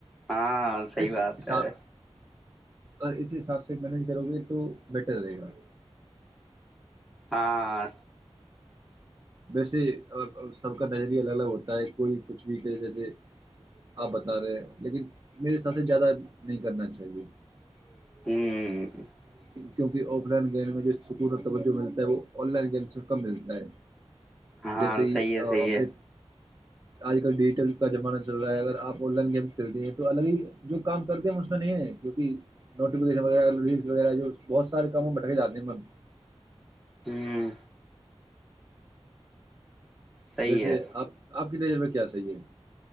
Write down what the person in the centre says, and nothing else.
ہاں صحیح
بات
ہے
ہاں
ہوں
ہاں
صی ہے صحی
ہے
ہوں صحیح
ہے